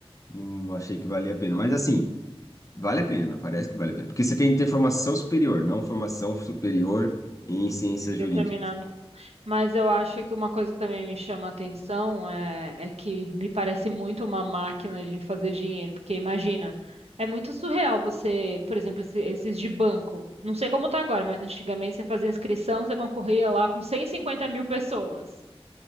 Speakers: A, on the left; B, on the right.
A: não achei que valia a pena. Mas assim, vale a pena, parece que vale a pena. Porque você tem que ter formação superior, não formação superior em ciência
B: Em determinado.
A: jurídica.
B: Mas eu acho que uma coisa que também me chama a atenção é, é que me parece muito uma máquina de fazer dinheiro. Porque imagina, é muito surreal você, por exemplo, esse- esses de banco. Não sei como tá agora, mas antigamente você fazia inscrição, você concorria lá com cento e cinquenta mil pessoas.